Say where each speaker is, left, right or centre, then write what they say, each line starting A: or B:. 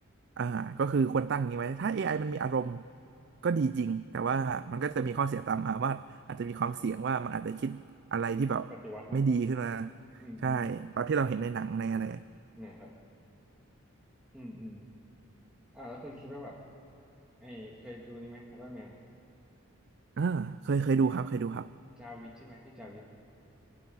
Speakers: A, on the right; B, in the centre.
A: อ่าก็คือควรตั้งอย่างนี้ไว้ถ้า AI มันมีอารมณ์ก็ดีจริงแต่ว่ามันก็จะมีข้อเสียตามมาว่าอาจจะมีความเสี่ยงว่ามันอาจจะคิดอะไรที่แบบ
B: อันนี้ปฏิวัติเนาะ
A: ไม่ดีขึ้นมา
B: อืมอืม
A: ใช่ตามที่เราเห็นในหนังในอะไร
B: เนี่ยครับอืมอืมอ่าแล้วคุณคิดว่าแบบไอ้เคยดูนี่ไหมไอรอนแมน
A: อ่าเคยเคยดูครับเคยดูครับ
B: อ่าจาวิสใช่ไหมที่อจาวิส